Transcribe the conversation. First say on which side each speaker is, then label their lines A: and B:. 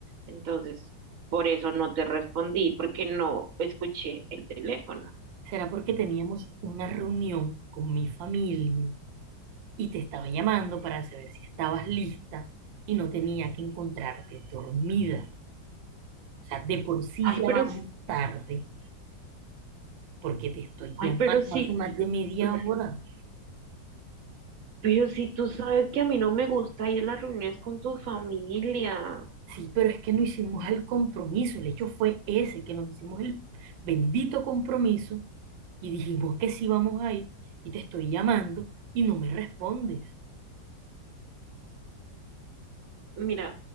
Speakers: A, on the right; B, on the right.
A: Entonces, por eso no te respondí, porque no escuché el teléfono.
B: ¿Será porque teníamos una reunión con mi familia y te estaba llamando para saber si estabas lista y no tenía que encontrarte dormida? O sea, de por sí
A: Ay,
B: ya
A: pero,
B: vamos
A: sí-
B: tarde porque te estoy
A: ay,
B: llamando
A: pero sí,
B: hace más de media
A: mm,
B: hora.
A: pero sí, tú sabes que a mí no me gusta ir a las reuniones con tu familia.
B: Sí, pero es que no hicimos el compromiso, el hecho fue ese, que nos hicimos el bendito compromiso y dijimos que sí vamos a ir y te estoy llamando y no me respondes.
A: Mira,